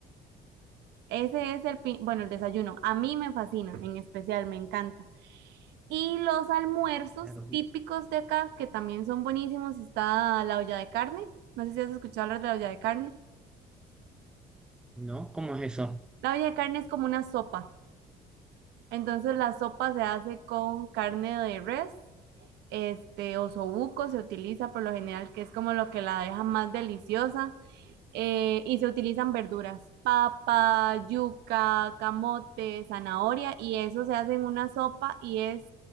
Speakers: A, on the right; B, in the centre.
A: Ese es el, pi- bueno, el desayuno. A mí me fascina, en especial, me encanta. Y los almuerzos
B: Claro, sí.
A: típicos de acá, que también son buenísimos, está la olla de carne. No sé si has escuchado hablar de la olla de carne.
B: No, ¿cómo es eso?
A: La olla de carne es como una sopa. Entonces la sopa se hace con carne de res, este, o osobuco se utiliza por lo general, que es como lo que la deja más deliciosa. eh, y se utilizan verduras, papa, yuca, camote, zanahoria, y eso se hace en una sopa y es